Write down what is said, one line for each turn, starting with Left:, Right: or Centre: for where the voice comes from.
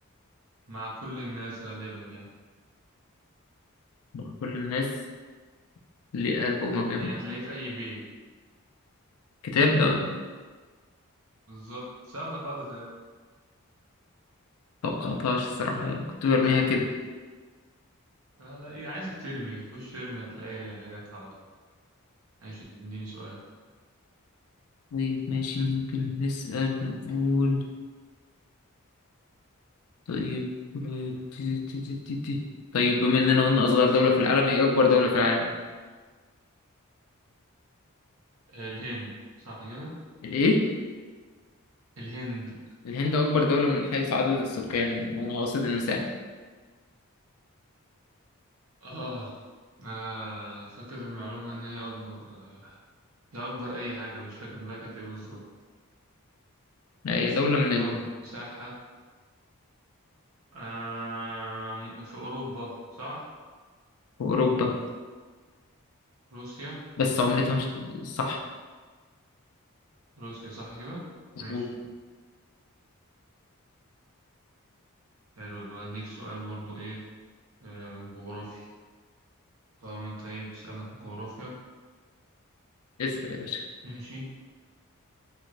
Right: مع كل الناس غالبا يعني
Left: ده كل الناس ليه قلبه وما بينبض
Right: يعني هتلاقيه في أي بيت
Left: كتاب ده ولا؟
Right: بالظبط سهلة خالص يعني.
Left: متوقعتهاش الصراحة يعني كنت برميها كده
Right: آه لا إيه، عايزك ترمي خش ارمي هتلاقي جت على طول ماشي اديني سؤال
Left: طيب ماشي ممكن نسأل نقول طيب آه، تي- تي- تي- تي- تي. طيب بما اننا قلنا اصغر دولة في العالم ايه اكبر دولة في العالم
Right: الهند صح كده
Left: الايه
Right: الهند
Left: الهند اكبر دولة من حيث عدد السكان واقصد المساحة
Right: آه. آه فاكر المعلومة إن هي أكبر هي أكبر أي حاجة مش فاكر بقى كانت إيه بالظبط
Left: لا، هي دولة من
Right: أكبر
Left: ال...
Right: مساحة آه م- في أوروبا صح
Left: في اوروبا
Right: روسيا
Left: بس عملتها مش صح
Right: روسيا صح كده
Left: مظبوط
Right: ماشي حلو أديك سؤال برضو إيه آه جغرافي طالما أنت إيه بتسألنا في الجغرافيا
Left: اسأل يا باشا
Right: ماشي